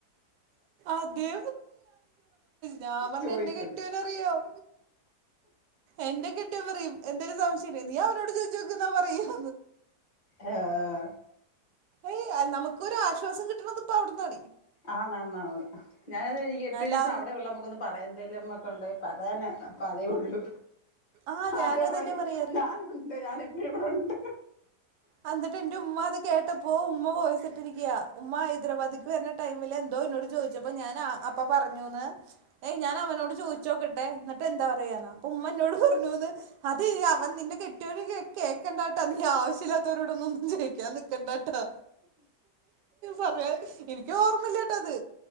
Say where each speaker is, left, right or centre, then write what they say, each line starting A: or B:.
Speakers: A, on the right; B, on the left.
A: അതെ ഞാൻ പറഞ്ഞ്
B: ചോദിക്കുന്നത്
A: എന്റെ കെട്ടിയോന് അറിയാം എന്റെ കെട്ടിയോൻ പറയും എന്തേലും സംശയണ്ടെങ്കിൽ നീ അവനോട് ചോദിച്ചോക്ക് ന്ന പറയും
B: എ ആ ആ
A: ഏയ് നമുക്കൊരാശ്വാസം കിട്ടണത് പ്പ അവിട്ന്നാ
B: ആന്നാ ന്നാന്ന് <unintelligible>
A: ലാ
B: ണ്ട് പറയാനേ <unintelligible> അപ്പൊ അതേ ഉള്ളൂ
A: ആഹ് ഞാനും
B: ആരും
A: അതന്നെ
B: പറയും
A: പറയാറ്
B: ഞാനുണ്ട് ഞാൻ എപ്പോഴ ഇവിടെ ഉണ്ട്
A: അന്നിട്ട് എന്റെ ഉമ്മ അത് കേട്ടപ്പോ ഉമ്മ വോയിസിട്ടിരിക്കയാ ഉമ്മ ഹൈദരാബാദക്ക് വരുന്ന ടൈംമി എന്തോ എന്നോട് ചോദിച്ചപ്പോ ഞാൻ അപ്പ പറഞ്ഞൂന്ന് ഏയ് ഞാൻ അവനോട് ചോദിച്ചോക്ക <unintelligible> എന്നിട്ട്ന്താ പറയനോ അപ്പ ഉമ്മോട് പറ <unintelligible> അതെ അവൻ നിന്റെ കെട്ടിയോൻ കേക്കണ്ടാട്ടാ നീ ആവശ്യല്ലാത്തവരോടന്ന ഒന്നും ജയിക്കാൻ നിക്കണ്ടാട്ടാന്ത പറയാ എനക്ക് ഓർമ്മല്ലട്ടോ അത്